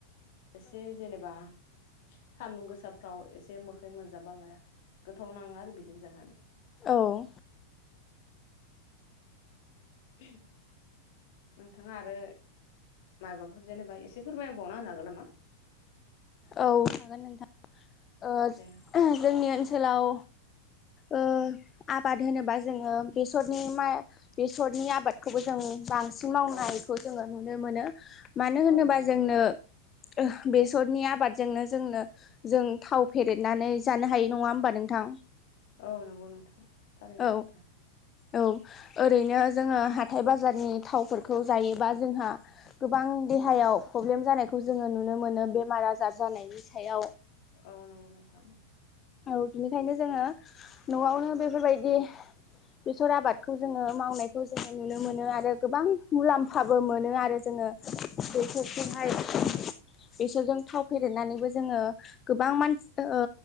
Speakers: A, on the left; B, on the left.
A: एसे जेनेबा सान्दुं गोसाफ्राव एसे मोखै मोनजाबाला। गोथाव नांङो आरो बिदिनो जानानै।
B: औ
A: ओहो नोंथाङा आरो माबाफोर जेनेबा एसे फोरमायबावना होनो हागोन नामा? <inaudible>
B: औ हागोन नोंथां ओ
A: दे
B: ओह जोंनि ओनसोलाव ओ आबाद होनोबा जोंङो बेसरनि मा बेसरनि आबादखौबो जों बांसिन मावनायखौ
A: औ
B: जोंङो नुनो मोनो। मानो होनोबा
A: औ नंगौ
B: जोंनो
A: नोंथां
B: अह बेसरनि आबादजोंनो जोंनो जों थाव फेरदनानै जानो हाय नङा होमबा नोंथां?
A: औ नंगौ नोंथां थारैनो
B: औ
A: सैथो।
B: औ ओरैनो जोंङो हाथाय बाजारनि थावफोरखौ जायोबा जोंहा गोबां देहायाव
A: औ
B: प्रब्लेम जानायखौ जोंङो नुनो मोनो बेमार आजार जानायनि सायाव।
A: औ नंगौ नोंथां
B: औ बिनिखायनो जोंङो नआवनो बेफोरबायदि बेसर आबादखौ जोंङो मावनायखौ जोंङो नुनो मोनो आरो गोबां मुलाम्फाबो मोनो आरो जों जोंङो बेसरखौहाय
A: औ
B: बेसरजों थाव फेदेरनानैबो जोंङो गोबां मानसि ओ